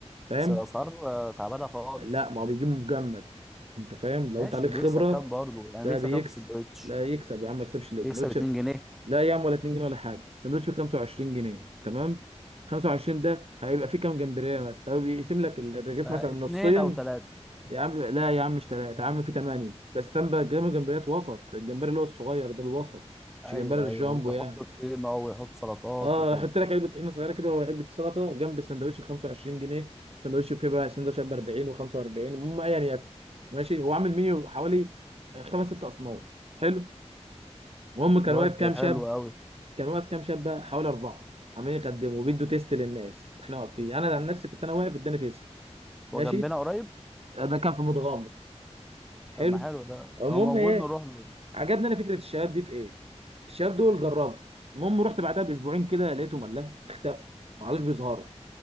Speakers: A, on the right; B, in the centre.
A: فاهم
B: بس الأسعار آه، تعبانة خالص
A: لا ما هو بيجيبوا مجمد انت فاهم لو
B: ماشي
A: انت عليك
B: بيكسب
A: خبره
B: كام برضه؟ يعني
A: ده
B: بيكسب
A: بيكسب
B: كام في السندوتش؟
A: لا يكسب يا عم ما يكسبش ليه سندوتش
B: يكسب 2 جنيه
A: لا يا عم ولا 2 جنيه ولا حاجه سندوتش ب 25 جنيه تمام 25 ده هيبقى فيه كام جمبريه مثلا هو بيقسم لك الرغيف
B: آه،
A: مثلا نصين
B: اتنين أو تلاتة
A: يا عم بيبقى- لا يا عم مش ثلاثه يا عم في ثمانيه بس تم بقى جنب جمبريات وسط الجمبري اللي هو الصغير ده الوسط
B: أيوه
A: مش جمبري الجامبو
B: أيوه بيحط
A: يعني
B: طحينة ويحط سلطات
A: اه
B: وكده
A: حط لك علبه طحينه صغيره كده وعلبه سلطه جنب السندوتش ب 25 جنيه سندوتش فيه بقى سندوتش ب 40 و45 المهم يعني ياكل ماشي هو عامل منيو حوالي خمس ست اصناف حلو المهم كان
B: ود
A: واقف كام شاب
B: حلو أوي
A: كان واقف كام شاب بقى حوالي اربعه عمالين يخدموا وبيدوا تيست للناس احنا واقفين انا عن نفسي كنت انا واقف اداني تيست ماشي
B: هو جنبنا قريب؟
A: ده كان في متغمر حلو
B: طب ما حلو ده
A: المهم
B: لو موجود
A: ايه
B: نروح له
A: عجبني انا فكره الشباب دي في ايه الشباب دول جربوا المهم رحت بعدها باسبوعين كده لقيتهم الله اختفوا ما عادوش بيظهروا